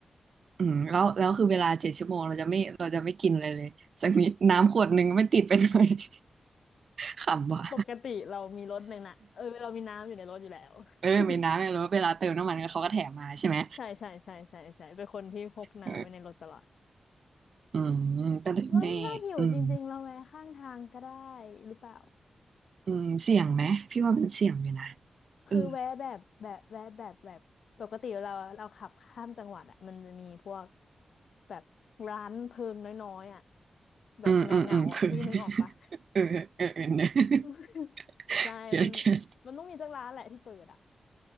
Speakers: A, on the right; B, on the left.
A: อืมแล้วแล้วคือเวลาเจ็ดชั่วโมงเราจะไม่เราจะไม่กินอะไรเลยสักนิดน้ำขวดหนึ่งไม่ติดไปหน่อย <laughs> ขำว่ะ
B: ปกติเรามีรถในน่ะเออเรามีน้ำอยู่ในรถอยู่แล้ว
A: เออมีน้ำเนี่ยแล้วเวลาเติมน้ำมันเขาก็แถมมาใช่ไหม
B: <laughs> ใช่ใช่ใช่ใช่ใช่เป็นคนที่พกน้ำไว้ในรถตลอด
A: เอออืมก็เลยไม่อืม
B: ว่าถ้าหิวจริงๆเราแวะข้างทางก็ได้หรือเปล่า
A: อืมเสี่ยงไหมพี่ว่ามันเสี่ยงอยู่นะ
B: คือแวะแบบแบบแวะแบบแบบปกติเราเราขับข้ามจังหวัดอ่ะมันจะมีพวก
A: เออ
B: แบบร้านเพิงน้อยๆอ่ะแบบเงาเงาอ่ะพี่นึกออกปะ
A: อืมอืมอืมคือ <laughs> เออเออเออเออะ
B: <laughs> ใช่มัน
A: เกลียดเกลียด
B: มันต้องมีสักร้านแหละที่เปิดอ่ะ